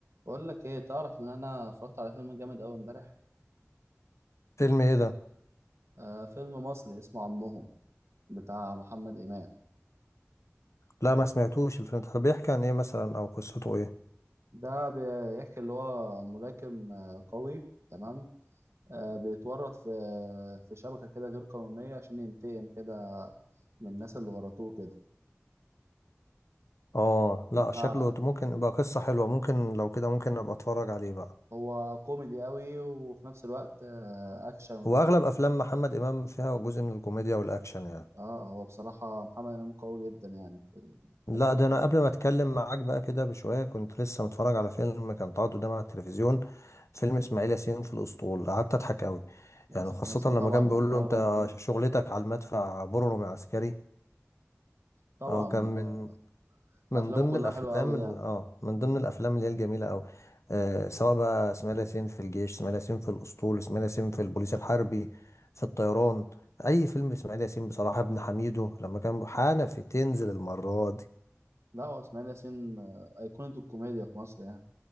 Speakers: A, on the right; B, on the left.
A: بقول لك ايه تعرف ان انا اتفرجت على فيلم جامد قوي امبارح
B: فيلم ايه ده
A: آه فيلم مصري اسمه عمهم بتاع محمد امام
B: لا ما سمعتوش الفيلم ده. طب بيحكي عن ايه مثلا او قصته ايه
A: ده بيحكي اللي هو ملاكم آه قوي تمام آه بيتورط في في شبكه كده غير قانونيه عشان ينتقم كده من الناس اللي ورطوه كده
B: اه
A: بتاع
B: لا شكله ممكن يبقى قصة حلوة ممكن لو كده ممكن ابقى اتفرج عليه بقى
A: هو كوميدي قوي وفي نفس الوقت آه اكشن ونفس
B: هو اغلب افلام محمد امام فيها جزء من الكوميديا والاكشن يعني
A: اه هو بصراحه محمد امام قوي جدا يعني في
B: لا
A: الحته
B: ده
A: دي
B: انا قبل ما اتكلم معاك بقى كده بشوية كنت لسه متفرج على فيلم كان اتعرض قدامي على التلفزيون فيلم اسماعيل ياسين في الاسطول قعدت اضحك قوي يعني
A: اسماعيل
B: خاصة
A: ياسين
B: لما
A: طبعا
B: كان بيقول
A: افلامه
B: له انت
A: جميل
B: شغلتك على المدفع بررم عسكري
A: طبعا
B: اه كان من
A: آه،
B: من
A: افلامه
B: ضمن
A: كلها
B: الافلام
A: حلوه قوي
B: ال...
A: يعني
B: اه من ضمن الافلام اللي هي الجميله قوي آه سواء بقى اسماعيل ياسين في الجيش اسماعيل ياسين في الاسطول اسماعيل ياسين في البوليس الحربي في الطيران اي فيلم اسماعيل ياسين بصراحه ابن حميدو لما كان حنفي تنزل المره دي
A: لا هو اسماعيل ياسين آه، ايقونه الكوميديا في مصر يعني